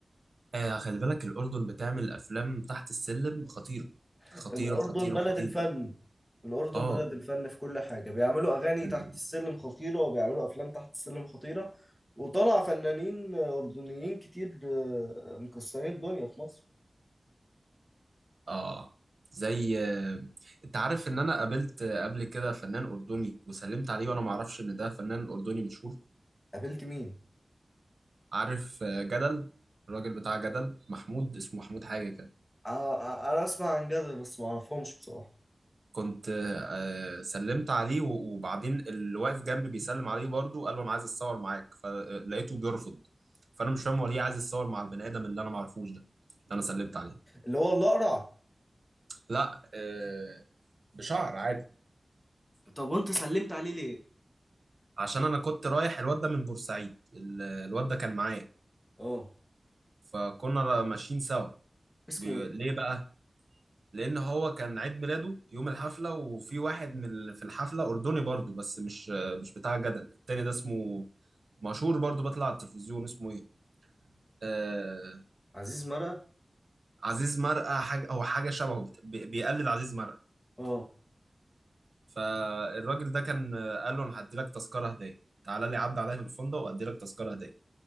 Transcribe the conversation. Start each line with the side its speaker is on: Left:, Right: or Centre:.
Right: آه خلي بالك الاردن بتعمل افلام تحت السلم خطيره خطيره
Left: الأردن
Right: خطيره
Left: بلد
Right: خطيره
Left: الفن الأردن
Right: اه
Left: بلد الفن في كل حاجة بيعملوا أغاني
Right: ال-
Left: تحت السلم خطيرة وبيعملوا أفلام تحت السلم خطيرة وطلع فنانين أردنيين كتير آه، مكسرين الدنيا في مصر
Right: اه زي آه، انت عارف ان انا قابلت آه، قبل كده فنان اردني وسلمت عليه وانا ما اعرفش ان ده فنان اردني مشهور
Left: قابلت مين؟
Right: عارف آه، جدل الراجل بتاع جدل محمود اسمه محمود حاجة كده
Left: آ- آ- أنا أسمع عن جدل بس معرفهمش بصراحة
Right: كنت آه، سلمت عليه و- وبعدين اللي واقف جنبي بيسلم عليه برضه قال له انا عايز اتصور معاك فلقيته بيرفض فانا مش فاهم هو ليه عايز يتصور مع البني ادم اللي انا معرفوش ده اللي انا سلمت عليه
Left: اللي هو الأقرع
Right: لا آه، بشعر عادي
Left: طب وأنت سلمت عليه ليه؟
Right: عشان انا كنت رايح الواد ده من بورسعيد ال- الواد ده كان معايا
Left: اه
Right: فكنا ماشيين سوا
Left: اسمه
Right: بي-
Left: إيه؟
Right: ليه بقى لان هو كان عيد ميلاده يوم الحفله وفي واحد من ال- في الحفله اردني برضو بس مش مش بتاع جدل التاني ده اسمه مشهور برضو بطلع على التلفزيون اسمه ايه آه
Left: عزيز مرقة؟
Right: عزيز مرقه حاجه هو حاجه شبهه بت- بي- بيقلد عزيز مرقه
Left: اه
Right: فالراجل ده كان آه، قال له انا هدي لك تذكره هديه تعالى لي عدى عليا في الفندق وادي لك تذكره هديه